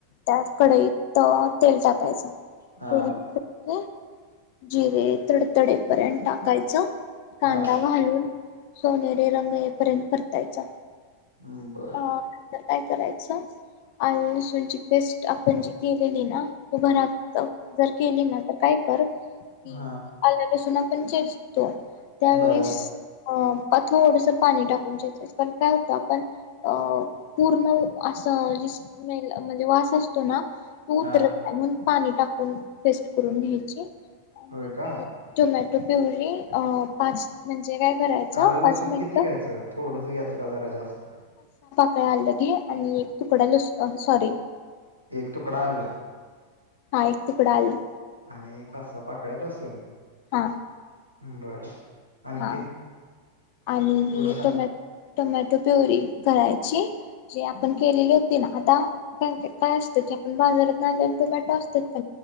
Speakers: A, on the left; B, on the left.
A: त्यात कडईतं तेल टाकायचं.
B: हा
A: <unintelligible> जिरे तडतडेपर्यंत टाकायच. कांदा
B: हा
A: घालून सोनेरी रंग येईपर्यंत परतायचा.
B: हम् बर.
A: अ तर काय करायच आल्ल-लसूणची पेस्ट आपण जी केलेली ना तू घरात जाऊन जर केली ना, तर काय कर केली
B: हा
A: आल्ल, लसुन. पण चेसतो. त्यावेळीस
B: बराबर
A: अं. थोडसं पाणी टाकून चेचायचं कारण काय होतं आपण अ पूर्ण असं <unintelligible> म्हणजे वास असतो ना पू
B: हा
A: <unintelligible> पण पाणी टाकून पेस्ट करून घ्यायची. आणि
B: होय का
A: <unintelligible> <unintelligible> अ पाच म्हणजे काय? करायचं
B: आललसूण
A: पाच मिनिटं
B: किती घ्यायचं, थोडंच घ्यायचं का जरा जास्त?
A: कळ्या आल्ल घे आणि एक तुकडा <unintelligible> सॉरी.
B: एक तूकडा आल्ल.
A: हा एक तुकडा आल्ल.
B: आणि कसं <unintelligible> तसं.
A: हा.
B: हं बरं. आणखीन
A: हा आणि
B: पुढं सांग
A: टोमॅटो टोमॅटो प्युरी करायची जे आपण केलेली होती ना आता काय असतं की आपण बाजारात आणलेलं टोमॅटो असतात